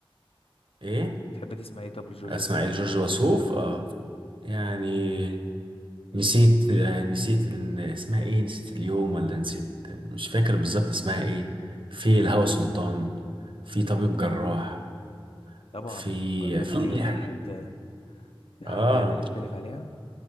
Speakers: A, on the right (about 60°); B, on the left (about 80°).
A: ايه
B: بتحب تسمع ايه طب لجورج
A: اسماعيل
B: وسوف
A: جورج وسوف اه يعني نسيت آه، نسيت ال- اسمها ايه نسيت اليوم ولا نسيت مش فاكر بالظبط اسمها ايه في الهوى سلطان في طبيب جراح
B: طبعا
A: في
B: طب الجراح
A: في
B: دي
A: آه. ليه
B: في حد في
A: اه
B: حد يقدر يختلف عليها